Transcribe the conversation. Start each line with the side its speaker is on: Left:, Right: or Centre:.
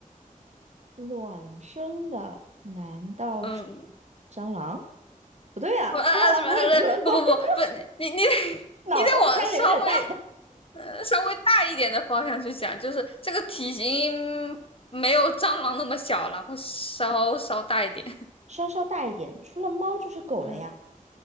Right: 卵生的难道是
Left: 嗯，
Right: 蟑螂？不对啊，
Left: 不啊啊不不不不不，
Right: 蟑螂不会咳嗽，
Left: 你你
Right: <laughs> 脑洞开的有点大，
Left: 你得往稍微呃稍微大一点的方向去想，就是这个体型没有蟑螂那么小了，会稍稍大一点。
Right: <laughs> 稍稍大一点。除了猫就是狗了呀，
Left: 嗯，